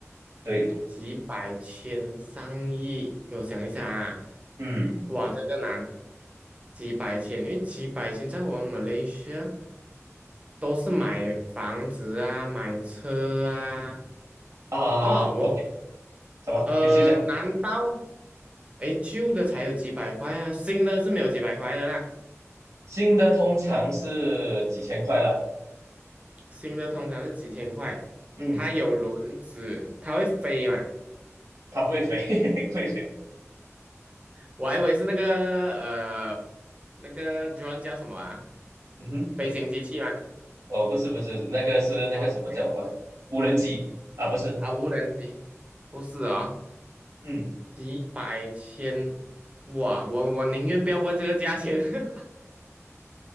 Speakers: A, on the right; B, on the right.
A: 对，
B: 几百千、上亿。给我想一下啊，
A: 嗯
B: 哇，这个难，几百千，因为几百千在我们马来西亚都是买房子啊、买车啊。
A: 啊，OK，
B: 哦，我
A: 什么？
B: 呃，
A: 你先讲。
B: 难道诶旧的才有几百块啊？新的是没有几百块的啦，
A: 新的通常是几千块啦，
B: 新的通常是几千块。
A: 嗯，
B: 它有轮子，它会飞嘛？
A: 它不会飞，<laughs> 不会飞。
B: 我还以为是那个呃，那个 drone 叫什么啊？
A: 嗯哼，
B: 飞行机器吗？
A: 哦，不是不是，那个是那个什么叫什么无人机啊？
B: 啊，对
A: 不是，
B: 啊，无人机不是啊、
A: 嗯
B: 几百千，哇，我我宁愿不要问这个价钱，<laughs>